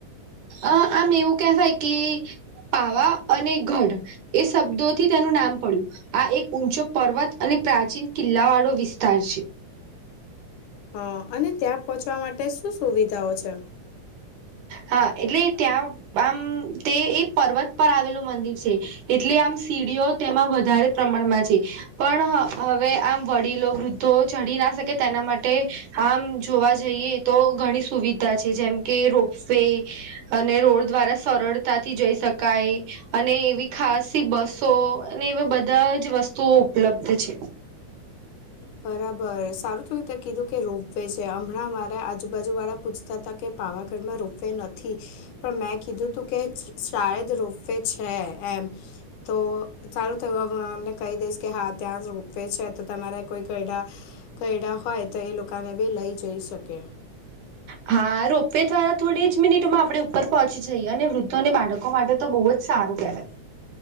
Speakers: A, on the right; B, on the left.
A: અ આમ એવું કહેવાય કે પાવા અને ગઢ એ સબ્દોથી તેનું નામ પડ્યું. આ એક ઊંચો પર્વત અને પ્રાચીન કિલ્લાવાળો વિસ્તાર છે.
B: હા, અને ત્યાં પહોંચવા માટે સુ સુવિધાઓ છે?
A: હા, એટલે ત્યાં આમ, તે એ પર્વત પર આવેલું મંદિર છે, એટલે આમ સીડીઓ તેમાં વધારે પ્રમાણમાં છે. પણ હ, હવે આમ, વડીલો વૃદ્ધો ચઢી ના સકે તેના માટે આમ જોવા જઈએ તો ઘણી સુવિધા છે, જેમ કે રોપ વે અને રોડ દ્વારા સરળતાથી જઈ સકાય. અને એવી ખાસી બસો અને એવા બધા જ વસ્તુઓ ઉપલબ્ધ છે.
B: બરાબર. સારું થયું તે કીધું કે, રોપ વે છે, હમણાં મારા આજુબાજુ વાળા પુછ તાતા કે પાવાગઢમાં રોપવે નથી, પણ મેં કીધું તું કે છ શાયદ રોપવે છે, એમ, તો સારું થયું, હવ એમને કહી દઈશ કે, હા, ત્યાં રોપવે છે, તો તમારે કોઈ ગયઢા, ગયઢા હોય તો એ લોકાને બી લઈ જઈ શકે.
A: હા, રોપવેે દ્વારા થોડી જ મિનિટોમાં આપણે ઉપર પહોંચી જઈએ, અને વૃદ્ધો અને બાળકો માટે તો બહુ અ જ સારું કહેવાય.